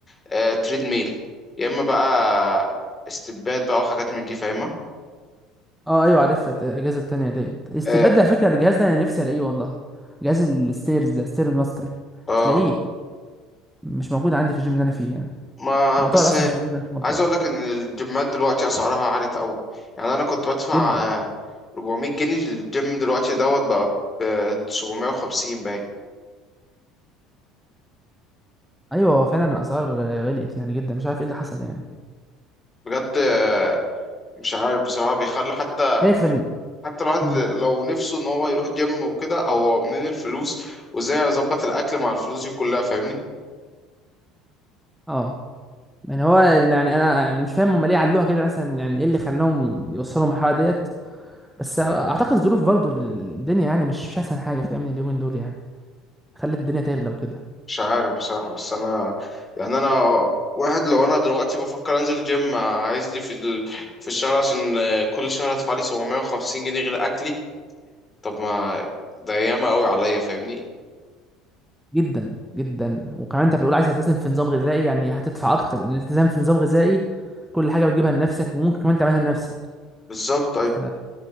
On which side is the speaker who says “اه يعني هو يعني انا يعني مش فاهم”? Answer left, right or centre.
Centre